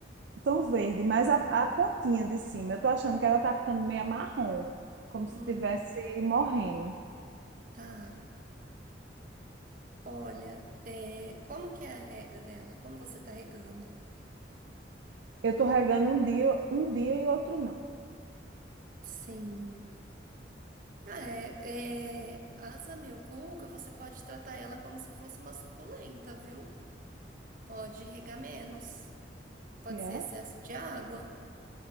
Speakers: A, on the right; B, on the right.
A: tão verde, mas a, a pontinha de cima, eu tô achando que ela tá ficando meio marrom, como
B: Hum,
A: se tivesse morrendo.
B: tá. Olha, é, como que é a rega dela? Como você tá regando?
A: Eu tô regando um dia, um dia e outro não.
B: Sim. Ah, é, é, asa milcuca, você pode tratar ela como se fosse uma suculenta, viu? Pode regar menos, pode
A: E é?
B: ser excesso de água.